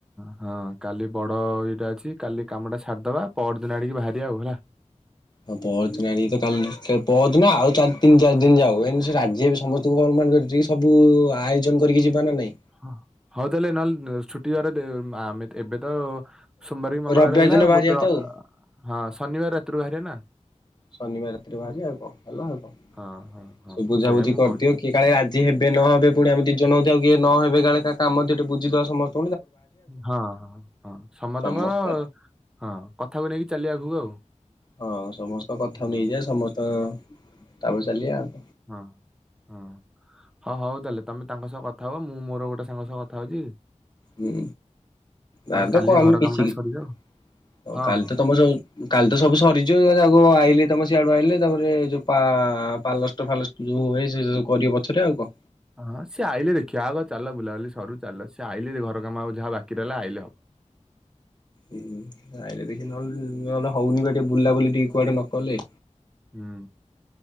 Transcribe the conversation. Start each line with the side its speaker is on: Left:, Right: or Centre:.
Centre: ହଁ। ହଁ କାଲି ବଡ ଇଏଟା ଅଛି କାଲି କାମଟା ସାରିଦବା ପର ଦିନ ଆଡିକି ବାହାରିବା ଆଉ ହେଲା।
Left: ହଁ ପହଞ୍ଚୁ ନା ଆଣିକି ତ କାଲି ପଅରଦିନ ଆଉ ଚାରି ତିନି ଶ ଦିନ ଯାଉ ଏ ସେ ରାଜି ସମସ୍ତଙ୍କୁ ଅନୁମାନ କରିି ସବୁ ଆୟୋଜନ କରିକି ଯିବାନା ନାଇଁ।
Centre: ହଁ ହଉ ତାହେଲେ ନହେଲେ ଛୁଟି ବାର ଆମେ ଏବେ ତ ସୋମବାର କି ମଙ୍ଗଳବାର
Left: ରବିବାର
Centre: ହେଲା
Left: ଦିନ ବାହାରିବା
Centre: ବୁଧଅଁ
Left: ତ ଆଉ।
Centre: ହଁ ଶନିବାର ରାତିରୁ ବାହାରିବା ନା।
Left: ଶନିବାର ରାତିରେ ବାହାରିବା ଆଉ କଣ ହେଲା ଆଉ କଣ।
Centre: ହଁ ହଁ ହଁ
Left: ସେ ବୁଝାବୁଝି
Centre: ସେଇଆ ମୁଁ
Left: କରିଦିଅ
Centre: କହୁଛି
Left: କିଏକାଳେ ରାଜି ହେବେ ନହବେ ପୁଣି ଆମେ ଦିଇ ଜଣ ହଉ ତ କିଏ ନ ହେବେ କାଳେ କା କାମ ଥିବ ଟିକେ ବୁଝିଦବା ସମସ
Centre: ହଁ ହଁ ହଁ ସମତଙ୍କର
Left: ସମସ୍ତେ
Centre: ହଁ କଥାକୁ ନେଇକି ଚାଲିବା ଆଗକୁ ଆଉ।
Left: ହଁ ସମସ୍ତଙ୍କ କଥା
Centre: ହଁ
Left: ନେଇଯିବା ସମସ୍ତ ତାପରେ ଚାଲିବା ଆଉ।
Centre: ହଁ ହଁ। ହଁ ହଉ ତାହେଲେ ତମେ ତାଙ୍କ ସହ କଥା ହବ ମୁଁ ମୋର ଗୋଟେ ସାଙ୍ଗ ସହ କଥା ହଉଚି
Left: ହୁଁ ତା
Centre: କାଲି
Left: ତ କମ
Centre: ଘର
Left: ବେଶ
Centre: କାମଟା
Left: ହଉ
Centre: ସରିଯାଉ। ହଁ
Left: କାଲି
Centre: ହଁ।
Left: ତ ତମ ସବୁ କାଲି ତ ସବୁ ସରିଯିବ ତାକୁ ଆଇଲେ ତମ ସିଆଡୁ ଆଇଲେ। ତାପରେ ଯୋଉ ପା ପାଲଷ୍ଟ ଫାଲଷ୍ଟ ଯୋଉ ହୁଏ ସେ ସବୁ କରିବେ ପଛରେ ଆଉ କଣ।
Centre: ହଁ ସେ ଆଇଲେ ଦେଖିବା ଆଗ ଚାଲ ବୁଲାବୁଲି ସରୁ ଚାଲ ସେ ଆଇଲେ ଘ ର କାମ ଆଉ ଯାହା ବାକି ରହିଲା ଆଇଲେ ହବ।
Left: ହୁଁ ଆଇଲେ ଦେଖି ନହେଲେ ନହେଲେ ହଉନି ବା ଟିକେ ବୁଲା ବୁଲି ଟିକେ କୁଆଡେ ନ କଲେ।
Centre: ହୁଁ